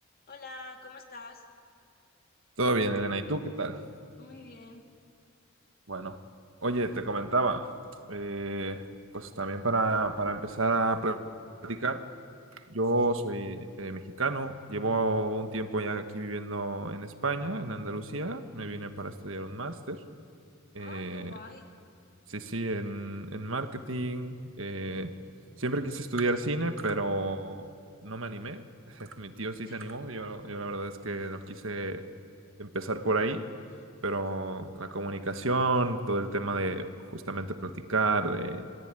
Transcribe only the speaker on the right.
Todo bien, Elena. ¿Y tú qué tal?
Bueno, oye, te comentaba, eh, pues también para, para empezar a pl- platicar, yo
soy eh, mexicano, llevo un tiempo ya aquí viviendo en España, en Andalucía, me vine para estudiar un máster, eh,
Sí, sí, en, en marketing. eh, siempre quise estudiar cine, pero no me animé. <laughs> Mi tío sí
se animó. Yo, yo la verdad es que no quise empezar por ahí, pero la comunicación, todo el tema de justamente platicar, de,